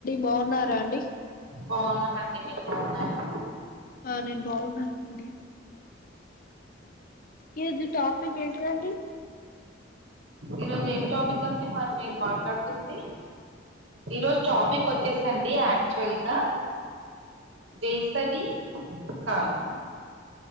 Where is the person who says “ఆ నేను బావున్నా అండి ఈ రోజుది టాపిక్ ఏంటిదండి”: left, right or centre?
Left